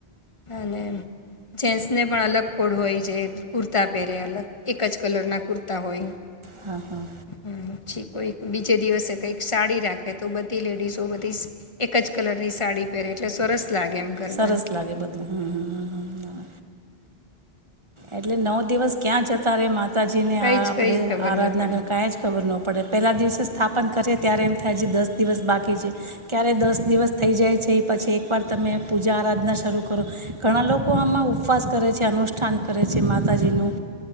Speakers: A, on the left; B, on the right.
A: અને જેન્સને પણ અલગ કોડ હોય જે કુર્તા પહેરે અલગ એક જ કલરના કુર્તા હોય
B: હા હા
A: <unintelligible> કોઈક બીજે દિવસે કંઈક સાડી રાખે તો બધી લેડીઝો બધી એક જ કલર ની સાડી પહેરે એટલે સરસ લાગે એમ ગરબા
B: સરસ લાગે બધું હમ હમ હમ હમ એટલે નવ દિવસ ક્યાં જતા રે મા માતાજી ને
A: કઈ
B: આપડે
A: જ કઈ જ ખબર
B: આરાધના
A: નહીં પડે
B: કર કં જ ખબર ન પડે પેલા દિવસે સ્થાપન કરીએે ત્યારે એમ થાય છે દસ દિવસ બાકી ક્યારે દસ દિવસ થઈ જાય છે એ પછી ઉપ તમે પૂજા આરાધના શરૂ કરો ઘણા લોકો આમાં ઉપવાસ કરે છે અનુષ્ઠાન કરે છે માતાજીનું